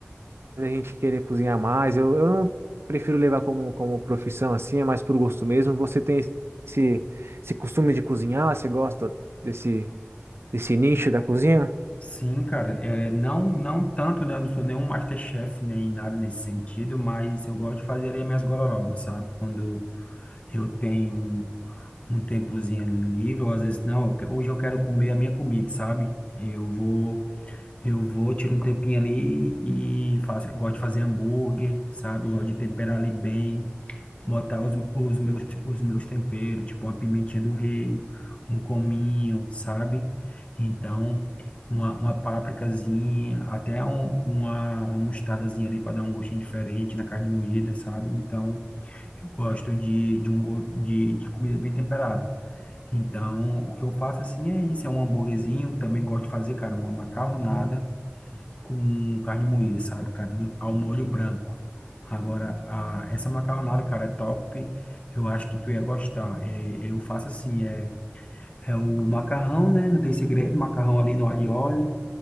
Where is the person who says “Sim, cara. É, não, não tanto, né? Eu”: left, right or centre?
Left